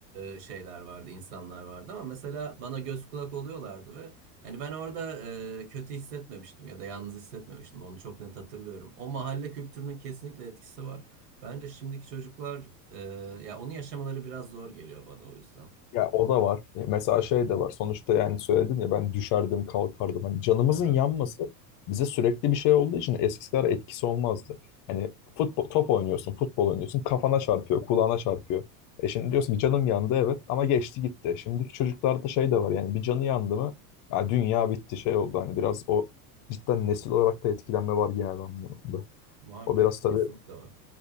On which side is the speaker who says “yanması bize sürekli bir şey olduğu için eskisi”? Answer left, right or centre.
Left